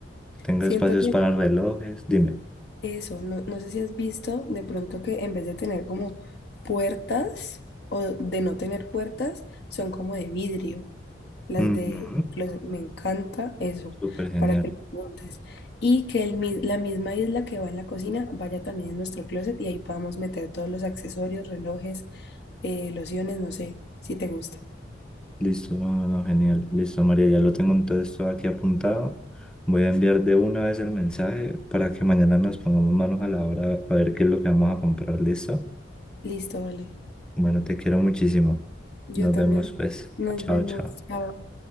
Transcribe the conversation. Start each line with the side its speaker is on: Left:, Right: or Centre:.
Centre: que tenga
Left: Siento
Centre: espacios
Left: que
Centre: para relojes, dime.
Left: Eso, no, no sé si has visto de pronto que en vez de tener como puertas o de no tener puertas, son como de vidrio. Las
Centre: Ujú,
Left: de los, me encanta eso,
Centre: Súper genial.
Left: para que lo apuntes. Y que el, mi- la misma isla que va en la cocina vaya también en nuestro closet y ahí podamos meter todos los accesorios, relojes, eh, lociones, no sé, si te gusta.
Centre: Listo, no, no, no, genial. Listo, María, ya lo tengo entonces todo aquí apuntado. Voy a enviar de una vez el mensaje para que mañana nos pongamos manos a la obra a ver qué es lo que vamos a comprar. ¿Listo?
Left: Listo, vale.
Centre: Bueno, te quiero muchísimo.
Left: Yo
Centre: Nos
Left: también.
Centre: vemos pues.
Left: Nos
Centre: Chao,
Left: vemos.
Centre: chao.
Left: Chao.